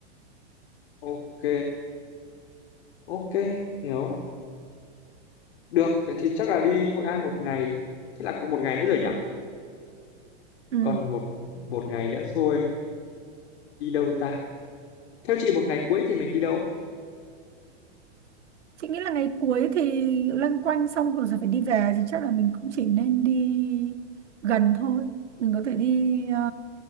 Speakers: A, on the left; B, on the right.
A: ok ok hiểu được vậy thì chắc là đi Hội An một ngày thế là có một ngày nữa rồi nhỉ
B: ừ.
A: còn một một ngày nữa thôi đi đâu ta theo chị một ngày cuối thì mình đi đâu
B: Chị nghĩ là ngày cuối thì loanh quanh xong rồi sẽ phải đi về thì chắc là mình cũng chỉ nên đi gần thôi mình có thể đi ờ,